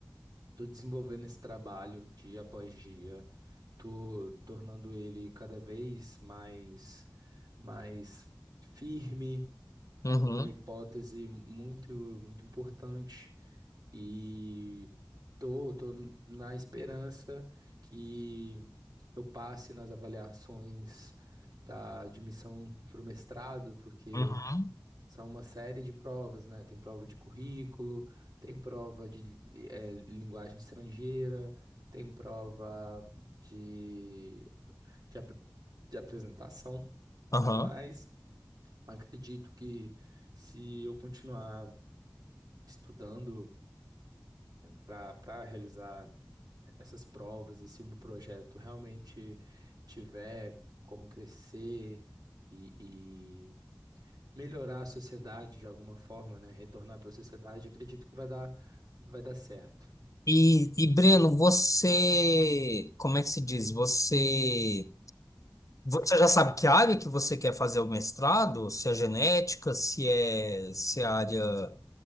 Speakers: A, on the right; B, on the left.
A: Tô desenvolvendo esse trabalho dia após dia, tô tornando ele cada vez mais, mais firme,
B: Uhum,
A: com uma hipótese muito, muito importante e tô, tô na esperança que eu passe nas avaliações da admissão para o mestrado, porque
B: uhum,
A: são uma série de provas, né? Tem prova de currículo, tem prova de eh, linguagem estrangeira, tem prova de, de, ap- de apresentação,
B: uhum.
A: mas acredito que se eu continuar estudando para para realizar essas provas, e se o meu projeto realmente tiver como crescer e, e melhorar a sociedade de alguma forma, né? Retornar para a sociedade, acredito que vai dar, vai dar certo.
B: E, e Breno, você, como é que se diz? Você, você já sabe que área que você quer fazer o mestrado? Se é genética, se é, se é área,